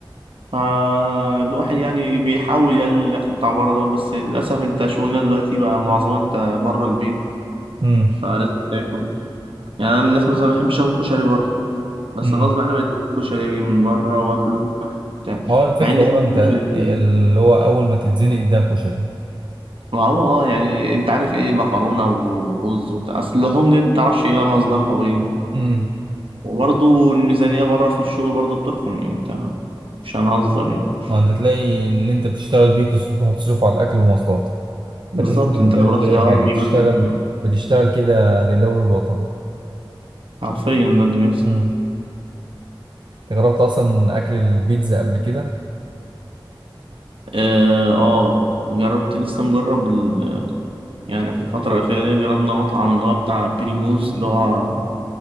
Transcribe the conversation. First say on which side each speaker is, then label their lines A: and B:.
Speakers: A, on the right (about 85°); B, on the right (about 60°).
A: فالواحد يعني بيحاول يقلل الأكل بتاع بره ده بس للأسف أنت شغلنا دلوقتي بقى معظمه أنت بره البيت
B: امم
A: فلازم تاكل يعني أنا من الناس مثلا ما بحبش آكل كشري بره بس
B: امم
A: غصب عني بقيت آكل كشري من بره وآكله بتاع.
B: هو الفكره
A: مع إن أحب
B: بره انت
A: الكشري
B: اللي هو اول ما تتزنق ده كشري
A: ما هو اه يعني انت عارف ايه مكرونه ورز وبتاع اصل اللحوم دي متعرفش ايه مصدرها وايه
B: امم
A: وبرضه الميزانيه بره في الشغل برضه بتحكم يعني انت مش هنهزر يعني
B: ما انت تلاقي اللي انت بتشتغل بيه بتص- بتصرف على الاكل والمواصلات
A: بالظبط
B: فتحس انك ما
A: انت
B: بتعملش
A: لو رحت
B: اي
A: اه
B: حاجه
A: تجيب
B: بتشتغل
A: اكل من بره.
B: بتشتغل كده لله وللوطن
A: حرفيا ده اللي بيحصل
B: امم جربت اصلا اكل البيتزا قبل كده
A: اه آه، جربت لسه مجرب ال... يعني في الفتره الاخيره دي جربنا مطعم اللي هو بتاع بريموز اللي هو